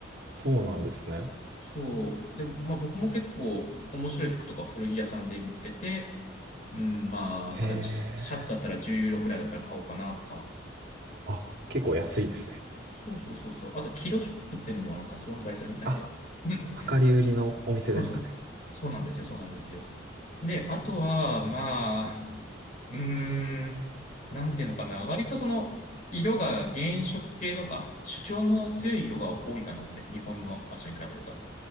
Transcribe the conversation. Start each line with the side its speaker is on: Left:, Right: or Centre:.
Right: そうなんですね。
Left: そう。で、まあ僕も結構面白い服とか古着屋さんで見つけて、うん、まあ、
Right: へえ。
Left: 例えばシシャツだったら10ユーロくらいだったら買おうかなとか。
Right: あ、結構安いですね。
Left: そうそうそうそう。あと、キロショップっていうのもなんか存在するみたいで。
Right: あ、
Left: うん。
Right: 量り売りのお店ですかね。
Left: そうそう。そうなんですよ。そうなんですよ。で、あとは、まあ、うーん、なんていうのかな。割とその、色が原色系とか、主張の強い色が多いかなって、日本のファッションに比べると。